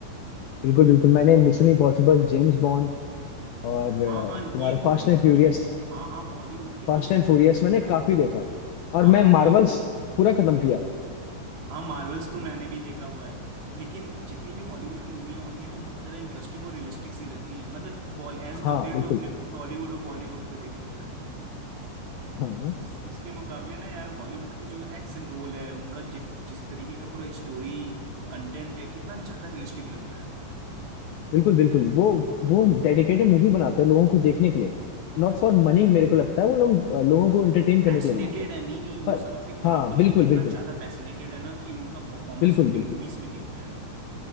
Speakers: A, on the left; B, on the right.
A: बिल्कुल बिल्कुल मैंने मिशन इम्पॉसिबल जेम्स बॉन्ड और अ,
B: हाँ हाँ
A: तुम्हारा
B: ये हॉलीवुड
A: fast and furious
B: की हाँ हाँ हॉलीवुड की
A: fast
B: कुछ
A: and furious मैंने काफी देखा है और
B: हाँ
A: मैं
B: हॉलीवुड
A: मार्वल्स पूरा खत्म किया
B: हाँ मार्वल्स तो मैंने भी देखा हुआ है लेकिन जितनी भी हॉलीवुड की मूवियाँ होती हैं ना बहुत ज्यादा इंटरेस्टिंग और रियलिस्टिक सी लगती हैं मतलब बॉल एज
A: हाँ
B: कम्पेयर
A: बिल्कुल
B: टू अपने टॉलीवुड और बॉलीवुड को देख लो
A: हाँ
B: <laughs>
A: हाँ,
B: उस उसके मुकाबले ना यार हॉलीवुड की जो एक्शन रोल है उनका जिस जिस तरीके का पूरा स्टोरी कंटेंट है कितना ज्यादा रियलिस्टिक लगता है
A: बिल्कुल बिल्कुल वो वो डेडिकेटेड मूवी बनाते हैं लोगों को देखने के लिए नॉट फॉर मनी मेरे को लगता है वो लोग अ, लोगों को एंटरटेन करने
B: पैशनेटेड
A: के लिए बनाते हैं
B: है नहीं नहीं वो
A: पर
B: सब अपने काम
A: हाँ
B: को लेके
A: बिल्कुल
B: कितना
A: बिल्कुल
B: ज्यादा पैशनेटेड है ना कि उनका परफॉर्मेंस
A: बिल्कुल
B: उनकी
A: बिल्कुल
B: मूवीज में दिखता है